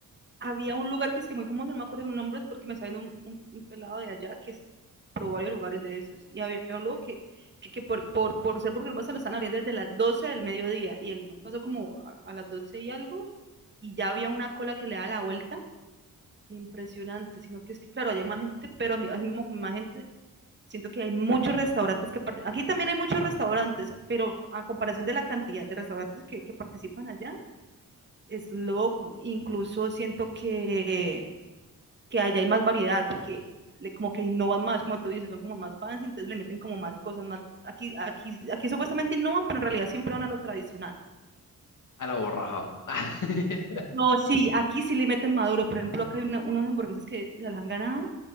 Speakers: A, on the right; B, on the left.
A: había un lugar que es que muy famoso, no me acuerdo los nombres porque me salió un, un, un, pelado de allá que es, probó varios lugares de esos. Y había un lugar que, que, que, por, por, por ser burger se lo están abriendo desde las doce del mediodía. Y él pasó como a, a, las 12 y algo y ya había una cola que le da la vuelta. Impresionante, sino que es que, claro, hay más gente, pero así mismo con más gente, siento que hay muchos restaurantes que participan, aquí también hay muchos restaurantes, pero a comparación de la cantidad de restaurantes que, que participan allá, es loco. Incluso siento que que allá hay más variedad, porque le- como que innovan más, como tú dices, son como más fans, entonces le meten como más cosas, más, aquí, aquí, aquí supuestamente innovan, pero en realidad siempre van a lo tradicional.
B: A la borrajao. <laughs>
A: No, sí, aquí sí le meten maduro, por ejemplo, acá hay una- unas hamburguesas que se las han ganado,